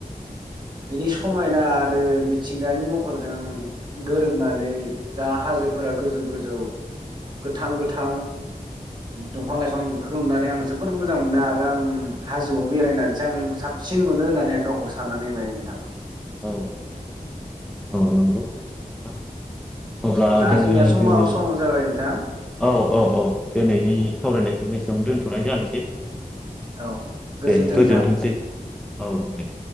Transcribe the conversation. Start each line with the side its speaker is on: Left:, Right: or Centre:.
Right: बेनि समायना आरो मिथिंगानि महरजों गोरोबनानै जा हाजोफोरा गोजौ गोजौ गोथां गोथां दंफां लाइफां बेफोरखौ नुनानै आं जोबोद मोजां मोनो आरो आं हाजोआव बेरायनानैसो आं साबसिन मोनो होननानै आं गावखौ साननानै लायो नोंथां
Centre: औ औ औ नंगौ नोंथां अब्ला
Right: दा
Centre: जोङो
Right: जोंनिया समा
Centre: दिनै
Right: सम जाबाय नोंथां
Centre: औ औ औ दिनैनि सावरायनाय बेसेयावनो दोनथ'नाय जानोसै
Right: औ गोजोन्थों
Centre: दे गोजोनथोंसै
Right: नोंथां।
Centre: औ दे